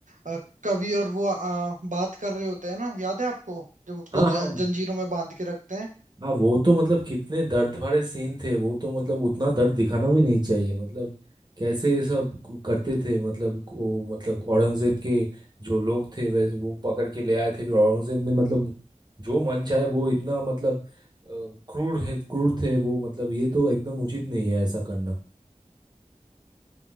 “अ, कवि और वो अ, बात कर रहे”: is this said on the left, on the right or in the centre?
Right